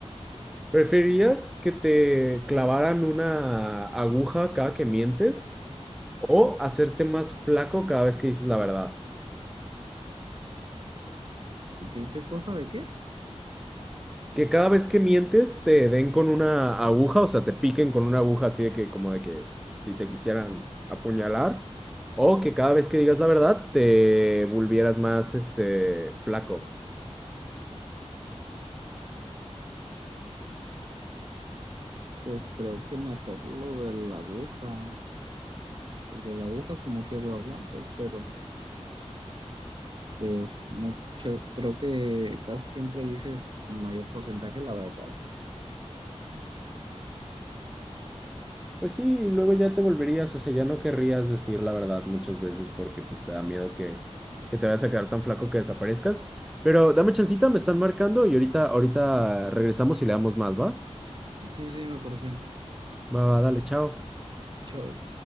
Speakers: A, in the centre; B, on the right.
A: ¿Preferirías que te clavaran una aguja cada que mientes o hacerte más flaco cada vez que dices la verdad?
B: ¿Y qué, qué cosa de qué?
A: Que cada vez que mientes te den con una aguja, o sea, te piquen con una aguja así de que como de que si te quisieran apuñalar o que cada vez que digas la verdad te volvieras más este flaco.
B: Pues creo que mejor lo de la aguja, porque la aguja como que lo aguantas, pero pues mucho, creo que casi siempre dices el mayor porcentaje la verdad.
A: Pues sí, y luego ya te volverías, o sea, ya no querrías decir la verdad muchas veces porque pues te da miedo que, que te vayas a quedar tan flaco que desaparezcas. Pero dame chancita, me están marcando y ahorita, ahorita regresamos y le damos más, ¿va?
B: Sí, sí, me parece bien.
A: Va, va, dale, chao.
B: Chao.